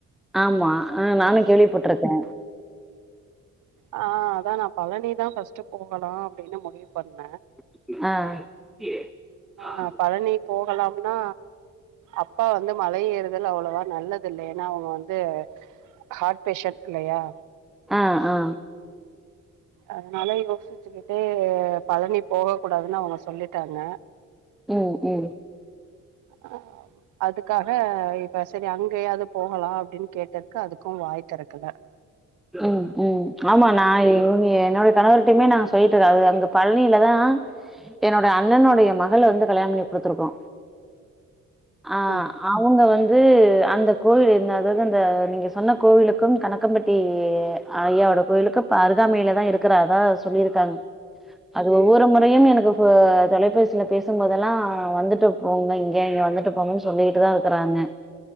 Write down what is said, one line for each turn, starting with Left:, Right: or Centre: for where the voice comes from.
Centre: ஆமா ஆ நானு கேள்விப்பட்டுருக்க
Right: ஆ அதா நா பழனிதா ஃபர்ஸ்ட் போகலா அப்டின்னு முடிவு பண்ண
Centre: அ
Right: நா பழனி போகலாம்னா அப்பா வந்து மலை ஏறுதல் அவ்ளொவா நல்லதில்ல ஏன்னா அவ்ங்க வந்து ஹார்ட் பேஷன்ட் இல்லயா
Centre: அ ஆ
Right: அதனால யோசிச்சுகிட்டே‌பழனி போக கூடாதுன்னு அவங்க சொல்லிட்டாங்க
Centre: ம் ம்
Right: ஆ அதுக்காக இப்ப சரி அங்கயாவது போகலாம் அப்படின்னு கேட்டதுக்கு அதுக்கும் வாய தொறக்கல
Centre: ம்ம் ஆமா நான் இவங்க என்னோடைய கணவர்ட்டயுமே நா சொல்லிட்டிருக்க அது அங்க பழனிலதான் என்னோட அண்ணனுடைய மகள வந்து கல்யாணம் பண்ணி குடுத்து இருக்கோ ஆ
Right: ம்
Centre: அவங்க வந் து அந்த கோவில் என்னாது அது அந்த நீங்க சொன்ன கோவிலுக்கும் கணக்கம்பட் டி ஏ ஐயாவோட கோவிலுக்கு அப்ப அருகாமைல தா இருக்குற அத்தா சொல்லியிருக்காங்க அது ஒவ்வொரு முறையும் எனக்கு இ தொலைபேசில பேசும் போதெல்லா வந்துட்டு போங்க இங்க இங்க வந்துட்டு போணுன்னு சொல்லிட்டு தா இருக்குறாங்க